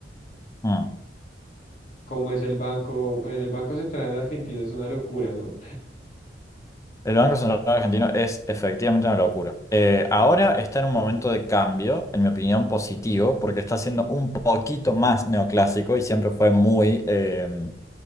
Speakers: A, on the left; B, on the left.
A: Mm.
B: Como es el banco, el Banco Central de Argentina es una locura, ¿no?
A: El Banco Central Argentino es efectivamente una locura. Eh, ahora está en un momento de cambio, en mi opinión, positivo, porque está siendo un poquito más neoclásico y siempre fue muy eh,